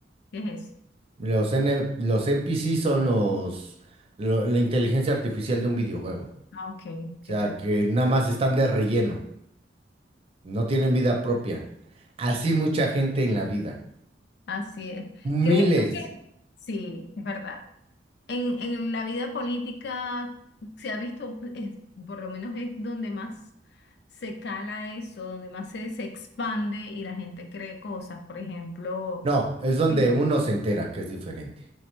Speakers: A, on the left (about 60°); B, on the right (about 30°).
A: ¿Qué es eso?
B: Los, N los NPCs son los, lo- la inteligencia artificial de un videojuego. O
A: Ah, Ok,
B: sea,
A: ok.
B: que nada más están de relleno, no tienen vida propia. Así mucha gente en la vida.
A: Así es. ¿Crees
B: Miles.
A: tú que... Sí, es verdad. En, en la vida política se ha visto, es- por lo menos es donde más se cala eso, donde más se, se expande y la gente cree cosas. Por ejemplo,
B: No, es donde
A: Sí.
B: uno se entera que es diferente.